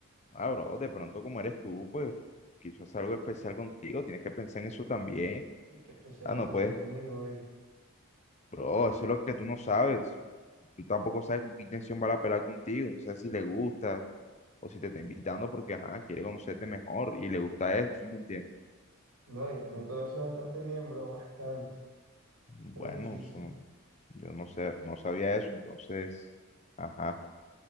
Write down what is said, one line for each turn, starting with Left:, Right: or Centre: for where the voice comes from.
Left: Ah, bro, de pronto como eres tú, pues quizás algo especial contigo, tienes que pensar en eso también.
Right: ¿Y qué especial
Left: Ah,
Right: va
Left: no
Right: a hacerse
Left: puedes,
Right: conmigo, eh?
Left: bro, eso es lo que tú no sabes. Tú tampoco sabes con qué intención va a pelar contigo, no sé si le gusta o si te está invitando porque ajá, quiere conocerte mejor y le gusta eso, ¿sí me entiendes?
Right: No, ya me conoce bastante bien, bro, bastante,
Left: Bueno,
Right: muchísimo.
Left: eso no- yo no sé, no sabía eso, entonces, ajá,